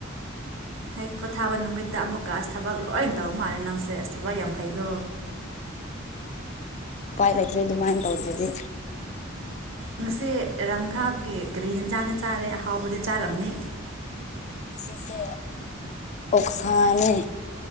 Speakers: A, on the right (about 70°); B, on the left (about 35°).
A: ꯍꯦꯛ ꯄꯣꯊꯥꯕ ꯅꯨꯃꯤꯠꯇ ꯑꯃꯨꯛꯀ ꯊꯕꯛ ꯂꯣꯏꯅ ꯇꯧ ꯃꯥꯜꯂꯦ ꯅꯪꯁ ꯁꯦꯁ ꯊꯕ ꯌꯥꯝ ꯐꯩꯀꯣ
B: ꯎꯄꯥꯏ ꯂꯥꯏꯇꯔꯤ ꯑꯗꯨꯃꯥꯏꯅ ꯇꯧꯗ꯭ꯔꯗꯤ
A: ꯉꯁꯤ ꯔꯪꯈꯥꯞꯒꯤ ꯀꯔꯤ ꯍꯦꯟꯖꯥꯡꯅꯤ ꯆꯥꯔꯦ ꯑꯍꯥꯎꯕꯗꯤ ꯆꯥꯔꯝꯅꯤ
B: ꯃꯁꯤꯖꯤꯁꯦ ꯑꯣꯞꯁꯅꯤ